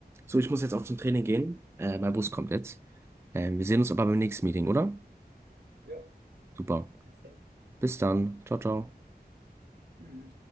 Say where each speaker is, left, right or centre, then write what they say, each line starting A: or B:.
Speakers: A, on the right (about 15°); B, on the right (about 80°).
A: So, ich muss jetzt auch zum Training gehen. Äh, mein Bus kommt jetzt. Ähm, wir sehen uns aber beim nächsten Meeting, oder?
B: Ja,
A: Super.
B: <laughs> so
A: Bis dann. Ciao, ciao.
B: Mhm.